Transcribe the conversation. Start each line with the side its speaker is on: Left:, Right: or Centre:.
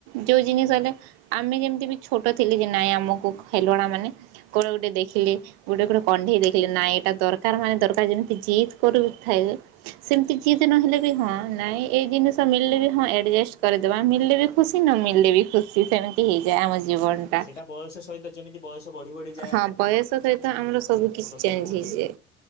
Right: ଯୋଉ ଜିନିଷ ହେଲେ ଆମେ ଯେମିତି ବି ଛୋଟ ଥିଲୁ ଯେ ନାଇଁ ଆମକୁ ଖେଲଣା ମାନେ କଣ ଗୋଟେ ଦେଖିଲେ ଗୋଟେ ଗୋଟେ କଣ୍ଢେଇ ଦେଖିଲି ନାଇଟ୍ ଏଟା ଦରକାର
Left: ହଁ
Right: ମାନେ ଦରକାର ଯେମିତି ଜିଦ୍ କରୁଥାଏ ସେମିତି ଜିଦ୍ ନହେଲେ ବି ହଁ ନାଇଁ ଏଇ ଜିନିଷ ମିଳିଲେ ବି ହଁ ଆଡ଼ଜଷ୍ଟ କରିଦବା ମିଲେ ବି ଖୁସି ନ ମିଲେ ବି ଖୁସି ସେମିତି ହେଇଯାଏ ଆମ ଜୀବନଟା।
Left: ସେଟା ବୟସ ସହିତ ଯେମିତି ବୟସ ବଢି ବଢି
Right: ହଁ ବୟସ ସହିତ ଆମର ସବୁ କିଛି ଚେଞ୍ଜ୍
Left: ସବୁ ଇଏ
Right: ହେଇଯାଏ,